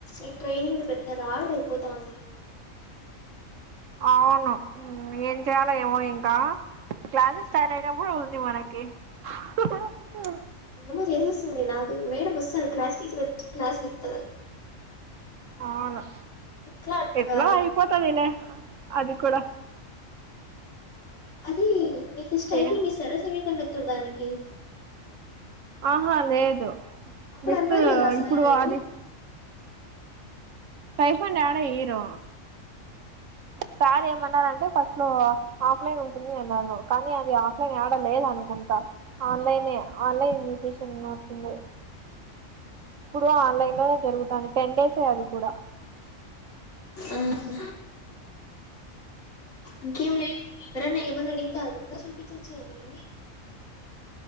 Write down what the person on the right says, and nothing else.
అవును ఏం చేయాలా ఏమో ఇంకా క్లాసెస్ స్టార్ట్ అయినప్పు ఉంది మనకి కీ
అవును
ఎట్లా
అయిపోతదినే అది కూడా
ఏ
ఆహా లేదు
జస్ట్
ఇప్పుడు అది టైఫన్ యాడ ఇరు సార్ ఏమన్నారంటే ఫస్ట్ లో ఆఫ్లైన్ ఉంటుంది అలాగొ కానీ అది ఆఫ్లైన్ ఏడ లేదనుకుంటా ఆన్లైనే ఆన్లైన్ ఇన్విటేషన్ వచ్చింది ఇప్పుడు ఆన్లైన్ లోనే జరుగుతానది టెన్ డేసే అది కూడా